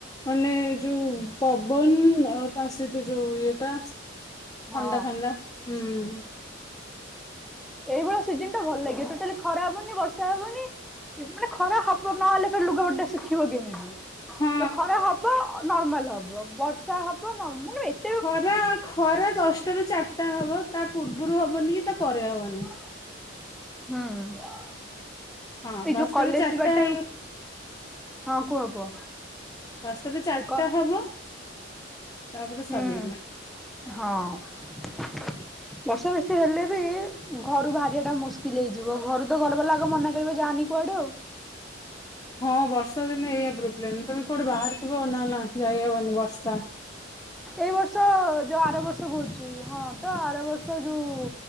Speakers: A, on the left; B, in the centre.
A: ମାନେ ଯୋଉ ପବନ ଆଉ ତା ସହିତ ଯୋଉ ଇଏଟା
B: ହଁ
A: ଥଣ୍ଡା ଥଣ୍ଡା ହୁଁ।
B: ଏଇ ଭଳିଆ ସିଜନ୍ ଟା ଭଲ ଲାଗେ ଟୋଟାଲି ଖରା ହବନି ବର୍ଷା ହବନି। ଏ ମାନେ ଖରା ହବ ନହେଲେ ଫେର୍ ଲୁଗାପଟା ଶିଖିବ କେମିତି?
A: ହଁ
B: ତ ଖରା ହବ ନର୍ମାଲ ହବ ବର୍ଷା ହବ ନର୍ମାଲ ମ୍ ଏ
A: ଖରା ଖରା ଦଶଟାରୁ ଚାରିଟା ହବ ତା ପୂର୍ବୁରୁ ହବନି କି ତା ପରେ ହବନି।
B: ହୁଁ।
A: ହଁ
B: ଏଇ
A: ବାଶଟାରୁ
B: ଯୋଉ କଲେଜ
A: ଚରଟା
B: ଯିବା ଟାଇମ
A: ହେଇ
B: ହଁ କୁହ କୁହ।
A: ଦଶଟାରୁ ଚାରଟା
B: ଏ କ
A: ହବ ତାପରେ
B: ହୁଁ
A: ସରିଗଲା।
B: ହଁ। ବର୍ଷ ବେଶୀ ହେଲେ ବି ଘରୁ ବାହାରିବାଟା ମୁସ୍କିଲ୍ ହେଇଯିବ ଘରୁ ତ ଘର ବାଲା ଆଗ ମନା କରିବେ ଯାଆନି କୁଆଡ଼େ ଆଉ।
A: ହଁ ବର୍ଷା ଦିନେ ଏଇଆ ପ୍ରୋବ୍ଲେମ୍ ତମେ କୁଆଡ଼େ ବାହାରିଥିବ ନାଁ ନାଁ ଯାଇହବନି ବର୍ଷା।
B: ଏଇ ବର୍ଷ ଯୋଉ ଆର ବର୍ଷ କୋହୁଚି ଇ ହଁ ତ ଆର ବର୍ଷ ଯୋଉ